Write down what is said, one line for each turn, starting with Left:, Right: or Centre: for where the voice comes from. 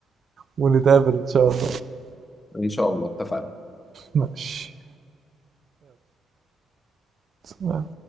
Right: ونتقابل ان شاء الله
Left: إن شاء الله اتفقنا
Right: ماشي يلا